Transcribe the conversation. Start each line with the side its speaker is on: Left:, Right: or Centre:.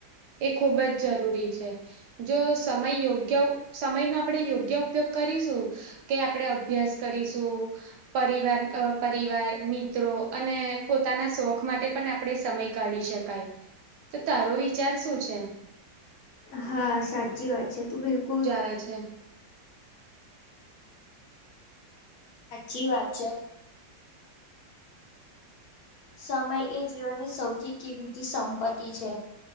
Right: એ ખૂબ જ જરૂરી છે. જો સમય યોગ્ય સમય નો આપણે યોગ્ય ઉપયોગ કરીશું કે આપણે અભ્યાસ કરીશું પરિવાર પરિવાર મિત્રો અને પોતાના શોખ માટે પણ આપણે સમય કાઢી શકીએ. તો તારો વિચાર શું છે.
Left: હા સાચી વાત છે, તું બિલકુલ
Right: થ છે.
Left: સાચી વાત છે. સમય એ જીવનની સૌથી કિંમતી સંપત્તિ છે.